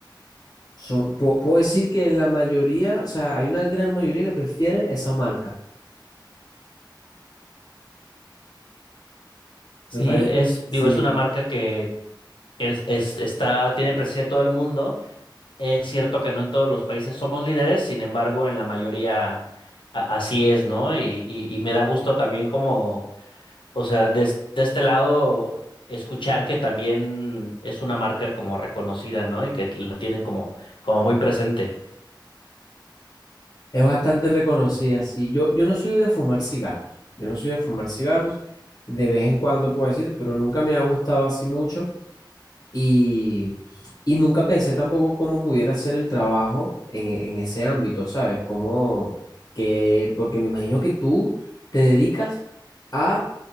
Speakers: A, on the left; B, on the left.
A: Son, pu- puedo decir que la mayoría, o sea, hay una gran mayoría que prefiere esa marca.
B: Sí,
A: Me parece,
B: es, digo,
A: sí,
B: es una marca que, que es- es- está, tiene presencia en todo el mundo. Es cierto que no en todos los países somos líderes, sin embargo, en la mayoría a- así es, ¿no? Y, y, y me da gusto también como, o sea, de, es- de este lado, escuchar que también es una marca como reconocida, ¿no? Y que lo tienen como, como muy presente.
A: es bastante reconocida, sí. Yo, yo no soy de fumar cigarros, yo no soy de fumar cigarros, de vez en cuando puedo decir, pero nunca me ha gustado así mucho. Y, y nunca pensé tampoco cómo pudiera ser el trabajo en, e, en ese ámbito, ¿sabes? Como que, porque me imagino que tú te dedicas a